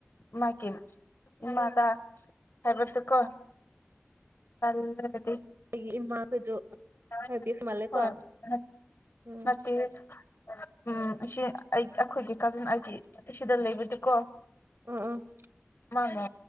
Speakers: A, on the left; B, on the right.
A: ꯃꯥꯀꯤꯝ ꯏꯃꯥꯗ ꯍꯥꯏꯕꯗꯨꯀꯣ ꯇꯜꯂꯗꯤ
B: ꯑꯩꯒꯤ ꯏꯃꯥꯈꯣꯏꯗꯨ
A: ꯑꯣꯏ
B: ꯍꯥꯏꯕꯤꯈ ꯃꯥꯜꯂꯦꯀꯣ
A: ꯅꯠ
B: ꯎꯝ
A: ꯅꯠꯇꯤꯌꯦ ꯎꯝ ꯑꯁꯤ ꯑꯩ ꯑꯩꯈꯣꯏꯒꯤ ꯀꯥꯖꯤꯟ ꯑꯩꯒꯤ ꯁꯤꯗ ꯂꯩꯕꯗꯨꯀꯣ
B: ꯎꯝ ꯎꯝ
A: ꯃꯥꯅ